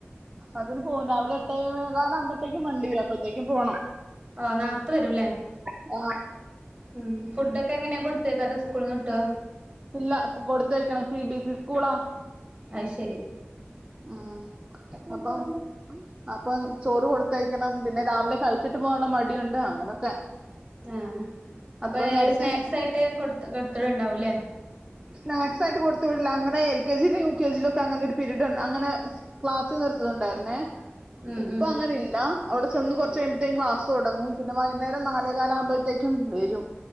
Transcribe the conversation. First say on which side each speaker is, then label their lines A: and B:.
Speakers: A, on the right (about 20°); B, on the right (about 40°).
A: അതന് പോവും രാവിലെ എട്ട കാലം ആകുമ്പോഴത്തേക്കും വണ്ടിവരും അപ്പത്തേക്കും പോണം
B: ഓ നോർത്ത വരൂല്ലേ
A: ആ
B: ഉം ഫുഡ ഒക്കെ എങ്ങനെ കൊടുത്തക്കഥ സ്കൂൾന്ന് കിട്ടോ
A: ഇല്ല കൊടുത്തയക്കണം സി ബി എസ് ഇ സ്കൂളാ
B: അത് ശരി
A: ഉം അപ്പൊ അപ്പം ചോറ് കൊടുത്തയക്കണം പിന്നെ രാവിലെ കഴിച്ചിട്ട് പോുള്ള മടിയുണ്ട് അങ്ങനൊക്കെ
B: ആ അപ്പൊ
A: അത്ര നേരത്തെ
B: സ്നാക്സ് ആയിട്ട് കൊടുത്ത് കൊടുത്തടെ ഉണ്ടാവൂല്ലേ
A: സ്നാക്സ് ആയിട്ട് കൊടുത്ത വിടില്ല അങ്ങനെ എൽ കെ ജിയിലും യു കെ ജിയിലും ഒക്കെ അങ്ങനെ ഒരു പീരീഡ ഉണ്ട് അങ്ങനെ ക്ലാസ് നിർത്തത്ണ്ടായിരുന്നേ
B: ഉം
A: ഇപ്പൊ
B: ഉം
A: അങ്ങന ഇല്ല അവിടെ ചെന്ന് കുറച്ച് കഴുമ്പോഴത്തേക്കും ക്ലാസ് തുടങ്ങും പിന്നെ വൈന്നെരം നാലേകാലം ആക്പോഴത്തേക്കും വരും